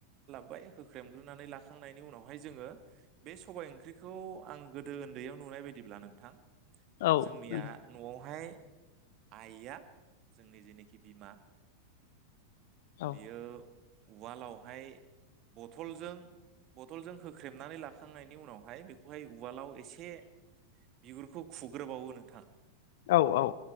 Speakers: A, on the right (about 35°); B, on the left (about 55°).
A: खाय होख्रेमग्रोनानै लाखांनायनि उनावहाय जोङो बे सबाय ओंख्रिखौ आं गोदो उन्दैयाव नुनाय बायदिब्ला नोंथां
B: औ
A: जोंनिया
B: नोंथां
A: नआवहाय आइआ जोंनि जेनोखि बिमा
B: औ
A: बियो- उवालावहाय बथलजों बथलजों होख्रेमनानै लाखांनायनि उनावहाय बेखौहाय उवालाव एसे बिगुरखौ खुग्रोबावो नोंथां।
B: औ औ